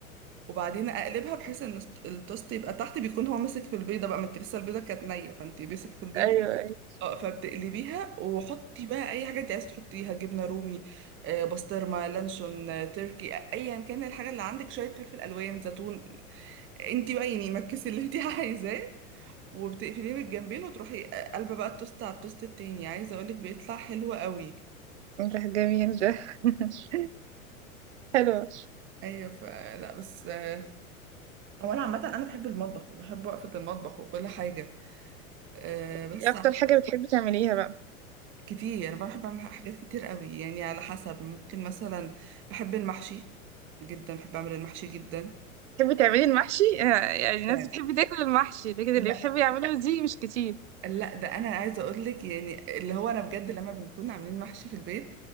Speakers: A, on the right; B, on the right.
A: وبعدين اقلبها بحيث ان الست- التوست يبقى تحت بيكون هو ماسك في البيضه بقى ما انت لسه البيضه كانت نيه فانت ماسك في البيضه
B: ايوه ايوه
A: اه فبتقلبيها وحطي بقى اي حاجه انت عايزه تحطيها جبنه رومي آه، بسطرمه لانشون آه، تركي آه، ايا كان الحاجه اللي عندك شويه فلفل الوان زيتون انت بقى يعني مكسي اللي انت <laughs> عايزاه وبتقفليه بالجنبين وتروحي آه، قلبه بقى التوست على التوست التاني عايزه اقولك بيطلع حلو قوي
B: ده جميل ده <laughs> حلو
A: ايوه فلا بس آه، هو انا عامه انا بحب المطبخ وبحب وقفه المطبخ وكل حاجه آه، بس
B: إيه اكتر حاجة بتحبي تعمليها بقى
A: كتير انا بحب اعمل حاجات كتير قوي يعني على حسب ممكن مثلا بحب المحشي جدا بحب اعمل المحشي جدا
B: بتحبي تعملي المحشي آه، يعني الناس
A: يعني
B: بتحب تاكل المحشي لكن
A: لا
B: اللي بيحب يعمله دي مش كتير
A: لا ده انا عايزه اقول لك يعني اللي هو انا بجد لما بنكون عاملين محشي في البيت